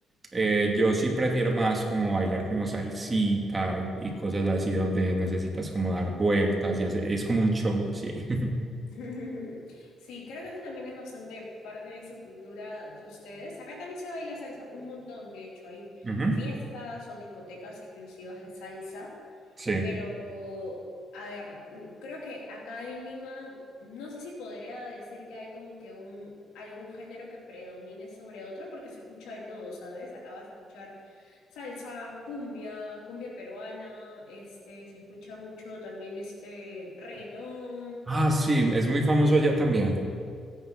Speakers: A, on the right; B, on the left.
A: eh, yo sí prefiero más como bailar como salsita y, y cosas así donde necesitas como dar vueltas y hacer, es como un show, sí. <laughs>
B: <laughs> Sí, creo que eso también es bastante parte de su cultura de ustedes. Acá también se baila salsa, un montón, de hecho, hay
A: Ujú,
B: fiestas o discotecas exclusivas de salsa.
A: Sí.
B: Pero, a ver, mm, creo que acá en Lima, no sé si podría decir que hay como que un, algún género que predomine sobre otro, porque se escucha de todo, ¿sabes? Acá vas a escuchar salsa, cumbia, cumbia peruana, este, se escucha mucho también este reggaetón.
A: Ah, sí, es muy famoso allá también.